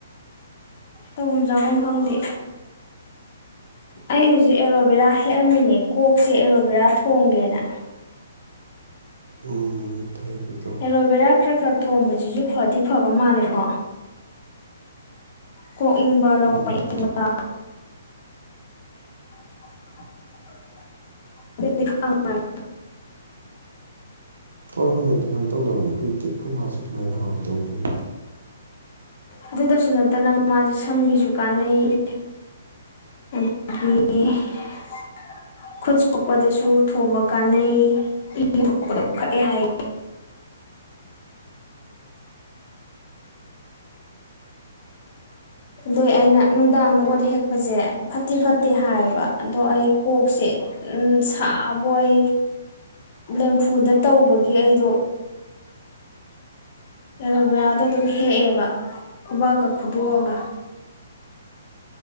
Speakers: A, on the left; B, on the right.
A: ꯇꯧꯐꯝ ꯆꯥꯐꯝ ꯈꯪꯗꯦ ꯑꯩ ꯍꯧꯖꯤꯛ ꯑꯦꯔꯣꯕꯦꯔꯥ ꯍꯦꯛꯑꯝꯃꯤꯅꯦ ꯀꯣꯛꯁꯦ ꯑꯦꯔꯣꯕꯦꯔꯥ ꯊꯣꯡꯒꯦꯅ
B: ꯑꯣ ꯐꯔ ꯂꯩꯕꯗꯣ
A: ꯑꯦꯂꯣꯕꯦꯔꯥ ꯈꯔ ꯈꯔ ꯊꯣꯡꯝꯕꯁꯤꯁꯨ ꯐꯗꯤ ꯐꯕ ꯃꯥꯜꯂꯦꯀꯣ ꯀꯣꯛ ꯏꯪꯕ
B: ꯎꯝ
A: ꯂꯣꯛꯅꯤꯡꯕ <unintelligible> ꯑꯗꯨ
B: ꯍꯣꯏ ꯍꯣꯏ ꯍꯣꯏ ꯑꯗꯨꯃꯥꯏꯅ ꯇꯧꯅꯕꯅꯦ ꯑꯩꯈꯣꯏ ꯑꯩꯈꯣꯏ ꯃꯥꯁꯨ ꯑꯗꯨꯃꯥꯏꯅ ꯍꯥꯟꯋꯥꯏ ꯇꯧꯕꯤꯌꯨ
A: ꯑꯗꯨꯗꯁꯨ ꯅꯠꯇꯅ ꯃꯥ ꯁꯝꯒꯤꯁꯨ ꯀꯥꯟꯅꯩ <unintelligible> ꯈꯨꯠ ꯁꯣꯛꯄꯗꯁꯨ ꯊꯣꯕ ꯀꯥꯟꯅꯩ ꯏꯄꯗ ꯀꯛꯑꯦ ꯍꯥꯏ ꯑꯗꯨꯏ ꯑꯩꯅ ꯅꯨꯡꯗꯥꯡꯗ ꯄꯣꯠ ꯍꯦꯛꯄꯁꯦ ꯐꯠꯇꯤ ꯐꯠꯇꯦ ꯍꯥꯏꯌꯦꯕ ꯑꯗꯣ ꯑꯩ ꯀꯣꯛꯁꯦ ꯎ ꯁꯥꯕꯣꯏ ꯂꯦꯝꯐꯨꯗ ꯇꯧꯕꯒꯤ ꯑꯩꯗꯣ ꯑꯦꯔꯣꯕꯦꯔꯥꯗꯣ ꯑꯗꯨꯝ ꯍꯦꯛꯑꯦꯕ ꯈꯨꯕꯥꯛꯀ ꯈꯨꯗꯣꯛꯑꯒ